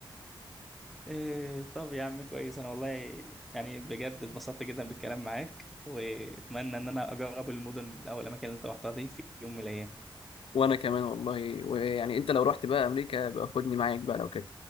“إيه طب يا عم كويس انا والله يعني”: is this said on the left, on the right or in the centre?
Centre